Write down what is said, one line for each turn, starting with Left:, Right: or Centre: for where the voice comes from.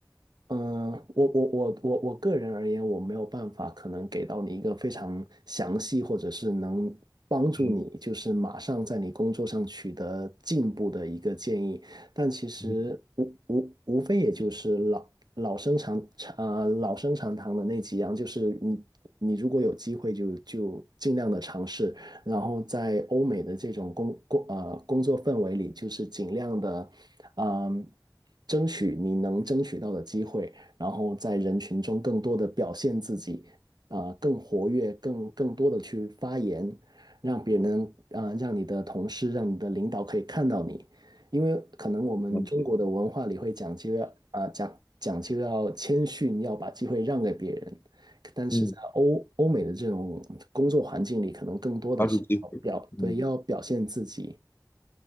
Right: 嗯，我我我我我个人而言，我没有办法可能给到你一个非常详细，或者是能帮助你，
Left: 嗯
Right: 就是马上在你工作上取得进步的一个建议。但其实无无无非也就是老老生常常呃老生常谈的那几样，
Left: 嗯，
Right: 就是你你如果有机会就就尽量的尝试，然后在欧美的这种工工呃工作氛围里，就是尽量的。嗯，争取你能争取到的机会，然后在人群中更多的表现自己，啊、更活跃，更更多的去发言，让别人，啊、让你的同事，让你的领导可以看到你，因为可能我们中国的文化里会讲究要，
Left: 了解，
Right: 啊、讲讲究要谦逊，要把机会让给别人，但是在欧欧美的这种工作环境里，
Left: 嗯，
Right: 可能更多的是要表，
Left: 抓住机会，
Right: 对，
Left: 嗯，
Right: 要表现自己，